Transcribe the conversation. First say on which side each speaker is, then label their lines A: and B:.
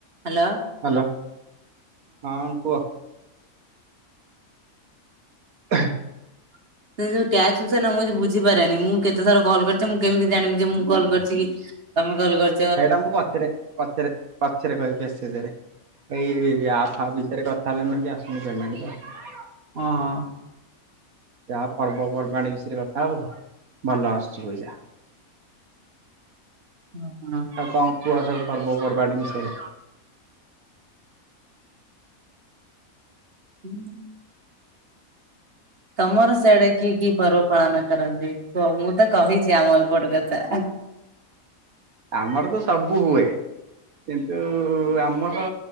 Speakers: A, on the right; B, on the right.
A: Hello.
B: Hello. ହଁ କୁହ। <unintelligible>
A: ସେ ଯୋଉ ଟାସ୍କ ବିଷୟ ରେ ମୁଁ କିଛି ବୁଝିପାରେନି। ମୁଁ କେତେଥର କଲ କରିଚି ମୁଁ କେମିତି ଜାଣିମି ଜେ ମୁଁ କଲ୍ କରିଚି କି ତମେ କଲ୍ କରି
B: ଏଇଟା ମୁଁ ପଛରେ ପଛରେ ପଛରେ କହିବି ମେସେଜ ରେ। ଏଇ ଆପ ଫାପ୍ ଭିତରେ କ ଥା ହେଲେ ଏନା ଆସୁନି ପେମେଣ୍ଟ ତ।
A: ହଁ।
B: ଯାହା ପର୍ବପର୍ବାଣି ବିଷୟରେ କଥା ହବ ଭଲ ଆସୁଚି ପଇସା।
A: ଓହଁ।
B: କଣ କୁହ ସବୁ ପର୍ବପର୍ବାଣି ବିଷୟରେ?
A: <unintelligible> ତମର ସିଆଡେ କି କି ପର୍ବ ପାଳନ କରନ୍ତି କୁହ? ମୁଁ ତ କହିଚି ଆମ ଏପଟ କଥା।
B: ଆମର ତ ସବୁ ହୁଏ। କିନ୍ତୁ ଆମର